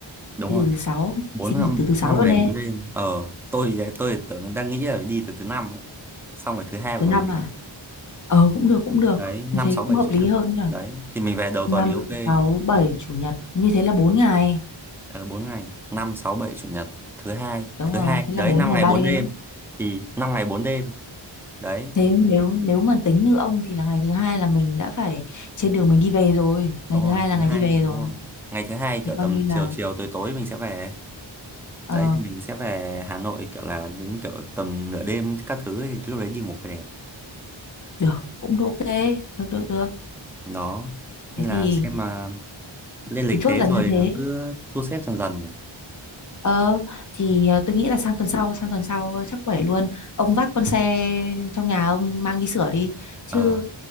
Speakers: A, in the centre; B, on the left.
A: Đúng
B: Đi
A: rồi.
B: từ thứ sáu,
A: bốn
B: xin
A: năm,
B: nghỉ từ thứ sáu
A: năm
B: luôn
A: ngày
B: nè.
A: 4 đêm. Ờ, tôi đấy, tôi tưởng đang nghĩ là phải đi từ thứ năm ấy. Xong rồi thứ hai
B: Thứ
A: của mình.
B: năm à?
A: về.
B: Ờ cũng được cũng được
A: Đấy, 5
B: Như thế
A: 6 7
B: cũng hợp
A: chủ
B: lý
A: nhật.
B: hơn nhỉ
A: Đấy, thì mình về đầu
B: năm
A: tuần thì ok.
B: 6 7 chủ nhật Như thế là bốn ngày
A: Ờ, 4 ngày. năm 6 7 chủ nhật. Thứ hai.
B: Đúng
A: Thứ
B: rồi
A: hai.
B: Thế
A: Đấy,
B: là 4
A: 5
B: ngày
A: ngày
B: 3
A: 4
B: đêm
A: đêm.
B: á
A: Thì 5 ngày 4 đêm. Đấy,
B: Thế nếu nếu mà tính như ông Thì là ngày thứ hai là mình đã phải Trên đường mình đi về rồi Ngày
A: đúng rồi
B: thứ hai là
A: thứ
B: ngày
A: hai
B: đi về rồi
A: đúng rồi ngày thứ hai kiểu
B: Thì
A: tầm
B: coi như là
A: chiều chiều tối tối mình sẽ về
B: ờ,
A: đấy thì mình sẽ về Hà Nội kiểu là đến kiểu tầm nửa đêm các thứ thì lúc đấy đi ngủ còn đẹp
B: Được cũng được ok Được được được
A: đó nên
B: Thế
A: là
B: thì
A: xem mà lên lịch
B: chốt
A: thế
B: là
A: rồi
B: như thế
A: ờ, cứ thu xếp dần dần nhỉ
B: Ờ thì ờ, tôi nghĩ là sang tuần sau, sang tuần sau ờ, chắc quẩy luôn. Ông vác con xe trong nhà ông mang đi sửa đi chứ
A: ờ